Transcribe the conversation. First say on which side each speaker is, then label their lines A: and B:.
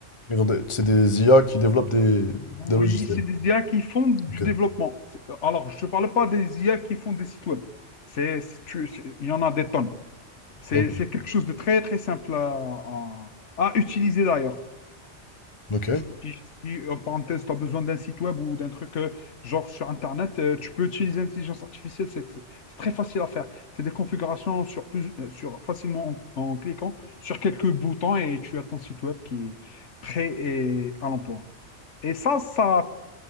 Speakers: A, on the left; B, on the left.
A: Ils ont des- C'est des IA qui développent des,
B: Oui,
A: des logiciels.
B: c'est des IA qui font du
A: Ok.
B: développement. C'est- euh, Alors, je ne parle pas des IA qui font des sites web. C'est, c'est- tu- c'est- il y en a des tonnes. C'est
A: Ok.
B: c'est quelque chose de très, très simple à, à- à utiliser d'ailleurs.
A: Ok.
B: Si, si, en parenthèse, tu as besoin d'un site web ou d'un truc euh, genre sur Internet, euh, tu peux utiliser l'intelligence artificielle, c'est c'est très facile à faire. C'est des configurations sur plus, euh, sur, facilement en, en cliquant sur quelques boutons et tu as ton site web qui est prêt et à l'emploi. Et ça, ça